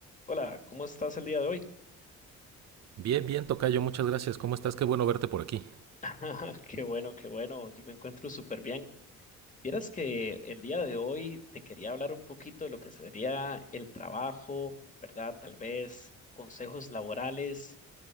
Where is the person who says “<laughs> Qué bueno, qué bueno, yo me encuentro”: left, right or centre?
Left